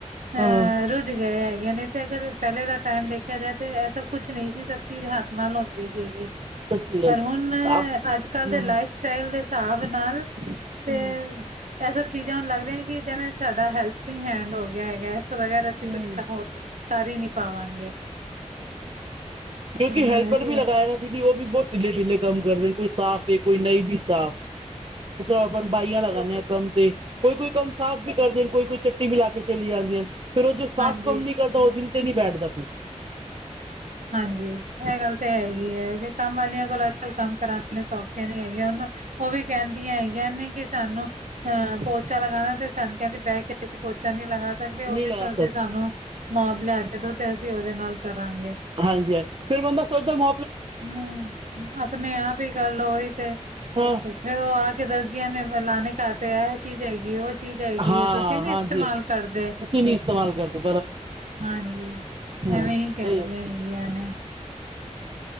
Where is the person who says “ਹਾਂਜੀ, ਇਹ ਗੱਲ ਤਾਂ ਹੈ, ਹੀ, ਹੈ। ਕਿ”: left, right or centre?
Right